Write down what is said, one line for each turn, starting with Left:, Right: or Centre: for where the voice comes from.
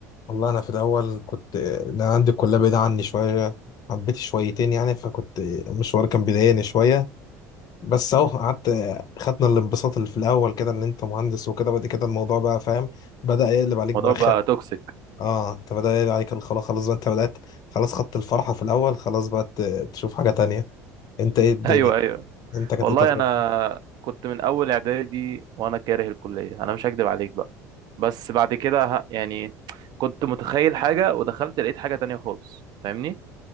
Left: والله انا في الاول كنت انا عندي الكلية بعيدة عني شوية حبيت شويتين يعني فكنت المشوار كان بيضايقني شوية بس اهو قعدت خدنا الانبساط اللي في الاول كده ان انت مهندس وكده بعد كده الموضوع بقى فاهم بدأ يقلب عليك برخامة
Right: الموضوع بقى توكسيك <laughs>
Left: اه انت بدأ يقلب عليك الخلاص خلاص خلاص بقى انت بدأت خلاص خدت الفرحة في الاول خلاص بقى ت- تشوف حاجة تانية انت ايه الدنيا
Right: ايوه ايوه
Left: انت كانت
Right: والله
Left: ايه تجربتك
Right: انا كنت من اول اعدادي وانا كاره الكلية انا مش هكدب عليك بقى بس بعد كده ه- يعني كنت متخيل حاجة ودخلت لقيت حاجة تانية خالص فاهمني